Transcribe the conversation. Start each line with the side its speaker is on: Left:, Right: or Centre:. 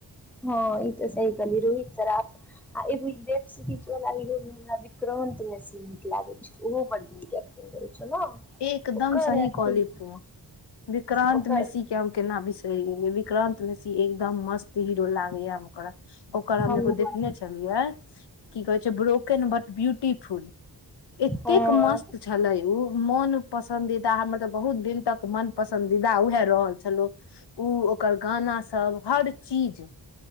Centre: हँ ई तऽ सही कही रोहित शराफ आ वेब सीरीज वाल व्रम न्सी नीक लागे छै ओहो ब नीक एकटिंग करे छै ने
Left: एकदम
Centre: ओकर
Left: सही
Centre: एक्टिंग
Left: कहलन्हि तू विक्रान्त
Centre: ओकर
Left: मेसी के हम केना बिसरि गेलियै विक्रान्त मेसी एक दम मस्त हीरो लागैया हमरा ओकर हम
Centre: हमरो
Left: एगो देखने छलियै की कहे छै ब्रोकन बट ब्यूटिफुल एतेक
Centre: हँ
Left: मस्त छले उ मन पसंन्दीदा हमर तऽ बहुत दिन तक मन पसन्दीदा उएह रहल छलौ उ ओ ओकर गाना सब हर चीज